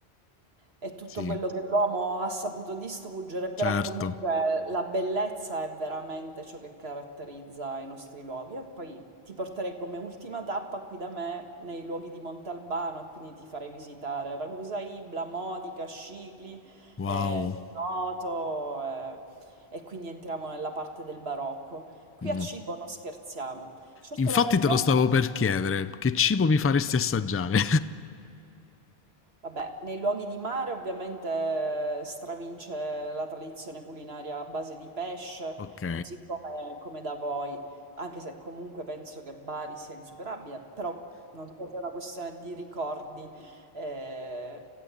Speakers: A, on the right; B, on the left.
A: e tutto
B: sì
A: quello che l'uomo ha saputo distruggere, però
B: certo.
A: comunque la bellezza è veramente ciò che caratterizza i nostri luoghi. E poi ti porterei come ultima tappa qui da me nei luoghi di Montalbano, e quindi ti farei visitare Ragusa Ibla, Modica, Scicli,
B: Wow.
A: eh, Noto, eh, e quindi entriamo nella parte del barocco. Qui
B: No.
A: a cibo non scherziamo. Certo
B: Infatti
A: la mia zona,
B: te lo stavo per chiedere, che cibo mi faresti assaggiare?
A: vabbè, nei luoghi di mare ovviamente eh, stravince la tradizione culinaria a base di pesce,
B: <laughs> ok.
A: così come, come da voi, anche se comunque penso che Bari sia insuperabile, però non so se è una questione di ricordi. eh.